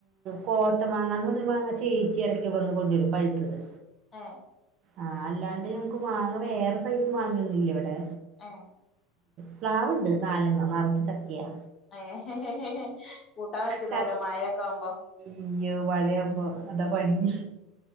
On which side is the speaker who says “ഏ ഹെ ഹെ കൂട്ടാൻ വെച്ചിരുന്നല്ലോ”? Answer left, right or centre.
Left